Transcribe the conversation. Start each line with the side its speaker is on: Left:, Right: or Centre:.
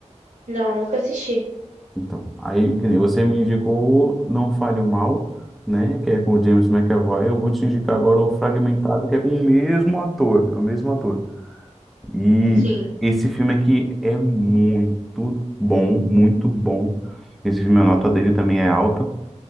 Right: Não, nunca assisti.
Centre: Então, aí que nem você me indicou Não Fale o Mal, né? Que é com o James McAvoy. Eu vou te indicar agora o Fragmentado, que é com o mesmo ator, é o mesmo ator. E
Right: Sim,
Centre: esse filme aqui é muito bom, muito bom. Esse filme, a nota dele também é alta.